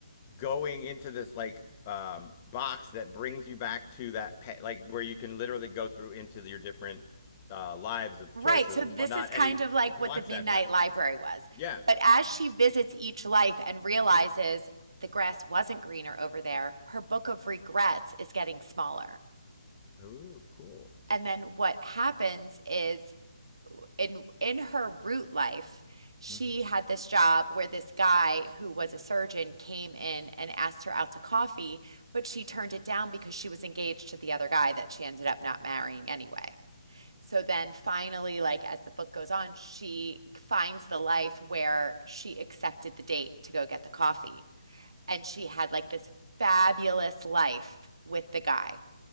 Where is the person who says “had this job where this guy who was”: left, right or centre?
Right